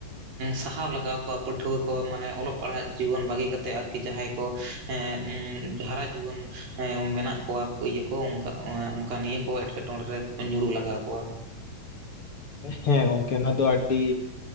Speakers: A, on the right (about 75°); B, on the left (about 40°).
A: ᱥᱟᱦᱟᱣ ᱞᱟᱜ ᱞᱟᱜᱟᱣ ᱟᱠᱚᱣᱟ ᱯᱟᱹᱴᱷᱩᱣᱟᱹ ᱠᱚ ᱢᱟᱱᱮ ᱚᱞᱚᱜ ᱯᱟᱲᱦᱟᱜ ᱡᱤᱵᱚᱱ ᱵᱟᱜᱤ ᱠᱟᱛᱮᱜ ᱟᱨᱠᱤ ᱡᱟᱦᱟᱸᱭ ᱠᱚ ᱮᱸ ᱩᱸ ᱦᱟᱨᱟ ᱡᱩᱣᱟᱹᱱ ᱮᱸ ᱢᱮᱱᱟᱜ ᱠᱚᱣᱟ ᱤᱭᱟᱹ ᱠᱚ ᱚᱝᱠᱟ ᱚᱱᱠᱟ ᱱᱤᱭᱟᱹ ᱠᱚ ᱮᱴᱠᱮᱴᱚᱬᱮ ᱨᱮ ᱧᱩᱨᱩ ᱞᱟᱜᱟᱣ ᱟᱠᱚᱣᱟ᱾
B: ᱦᱮᱸ ᱜᱚᱝᱠᱮ ᱚᱱᱟ ᱫᱚ ᱟᱰᱤ